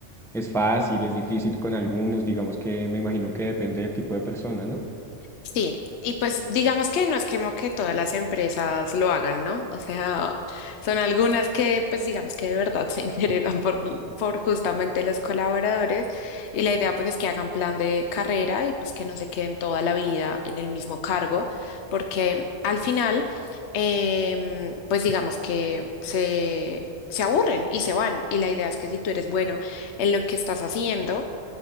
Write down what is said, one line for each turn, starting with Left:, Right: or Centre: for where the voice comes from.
Centre: es fácil, es difícil con algunos, digamos que me imagino que depende del tipo de persona, ¿no?
Left: Sí, y pues digamos que no es como que todas las empresas lo hagan, ¿no? O sea, son algunas que pues digamos que de verdad se <laughs> interesan por, por justamente los colaboradores y la idea pues es que hagan plan de carrera y pues que no se queden toda la vida en el mismo cargo, porque al final em, pues digamos que se... se aburren y se van. Y la idea es que si tú eres bueno en lo que estás haciendo,